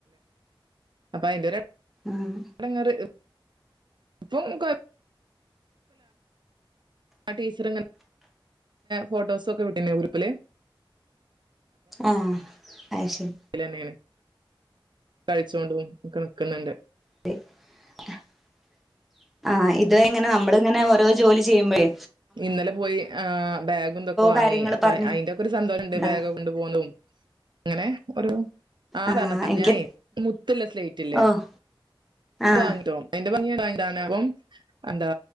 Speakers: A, on the right; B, in the centre.
A: അപ്പ അതിന്റെ
B: ആഹ്
A: എടങ്ങേറ് കുഴപ്പം ആ ടീച്ചർങ്ങനെ ഫോട്ടോസൊക്കെ വിട്ടന്ന ഗ്രൂപ്പിൽ
B: ആഹ് അയ്ശരി
A: ഇന്നെയാണ് കഴിച്ചോണ്ട് നി ക്കുന്നുണ്ട്
B: <inaudible> ആഹ് ഇത്വ എങ്ങനെ നമ്മള ഇങ്ങനെ ഓരോ ജോലി ചെയ്യുമ്പോഴേ
A: ഇന്നലെ പോയി ബാഗ്തൊക്കെ വാങ്ങി
B: കാര്യങ്ങള്
A: അപ്പ
B: പറഞ്ഞ്
A: അതിന്റെയൊക്കെ ഒരു സന്തോഷംഉണ്ട്
B: ഉണ്ടാവ
A: ബാഗൊക്കെ <inaudible> അങ്ങനെ ഒരു ആതണട്ടാ
B: ആഹ് എനിക്ക്
A: ഞൻ മുത്തല്ല സ്ലേറ്റ്ല്ലേ
B: ഓഹ് ആഹ്
A: അത് വാങ്ങിട്ടോ അയിന്റെ ഭംഗി <inaudible> അന്താ